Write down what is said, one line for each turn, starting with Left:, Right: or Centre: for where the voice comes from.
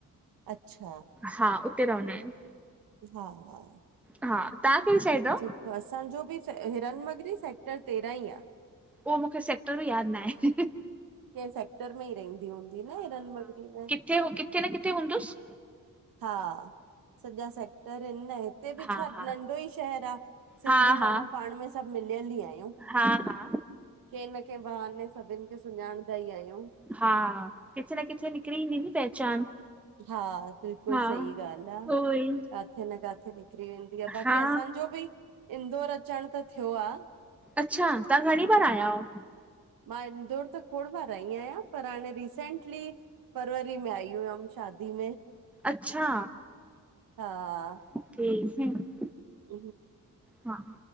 Right: अच्छा।
Centre: हा उते रहंना आयूं।
Right: हा हा,
Centre: हा तव्हां कहिड़ी साइड रओ?
Right: त असांजो बि च हिरन मगरी सेक्टर तेरहां ई आ।
Centre: उहो मूंखे सेक्टर बि यादि न आहे।
Right: कें सेक्टर में ई रहंदी हूंदी न हिरन नगरी में?
Centre: के उ किथे न किथे हूंंदुस।
Right: हा, सॼा सेक्टर इन न हिते बि
Centre: हा
Right: छा
Centre: हा
Right: नंढो ई शहर आ सिंधी
Centre: हा हा
Right: माण्हू पाण में सभु मिलियल ई आहिन।
Centre: हा हा,
Right: कंहिं न कंहिं बहाने सभिनि खे सुञाणंदा ई आहियूं।
Centre: हा किथे न किथे निकिरी ईंदी नी पहचान
Right: हा बिल्कुल
Centre: हा
Right: सई ॻाल्हि आहे।
Centre: उहो ई
Right: काथे न काथे निकिरी वेंदी आहे बाक़ी
Centre: हा
Right: असांजो बि इंदौर अचण त थियो आहे
Centre: अच्छा, तव्हां घणी बार आया आहियो?
Right: मां इंदौर त खोड़ बार आई आहियां पर हाणे रीसेंटली फरवरी में आई हुयम शादी में।
Centre: अच्छा
Right: हा हा
Centre: <unintelligible>
Right: <unintelligible>
Centre: हा